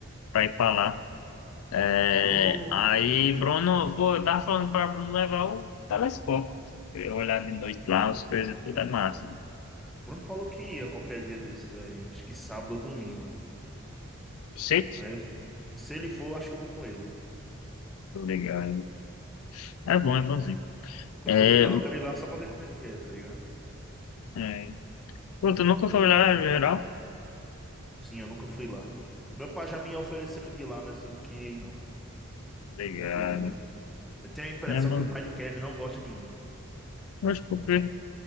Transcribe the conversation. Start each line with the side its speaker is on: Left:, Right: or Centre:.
Left: pra ir pra lá. É,
Centre: Bruno...
Left: aí,
Centre: Bruno...
Left: Bruno, pô, eu tava falando pra Bruno levar o telescópio. Queria olhar de noite lá, as coisas tudo é massa.
Centre: Bruno falou que ia qualquer dia desses aí. Acho que sábado ou domingo.
Left: O sítio?
Centre: Aí eu... Se ele for, acho que eu vou com ele.
Left: Tô ligado. É bom, é bonzinho. É,
Centre: Eu nunca fui lá, eu quero ir lá só pra ver como é que é, tá ligado?
Left: é, pô, tu nunca foi lá em geral?
Centre: Sim, eu nunca fui lá. Meu pai já me ofereceu de ir lá, mas eu não queria ir, não.
Left: Ligado.
Centre: Não quis ir, não. Eu tenho a impressão
Left: É bonzinho.
Centre: que o pai de Kevin não gosta de mim.
Left: Mas por quê?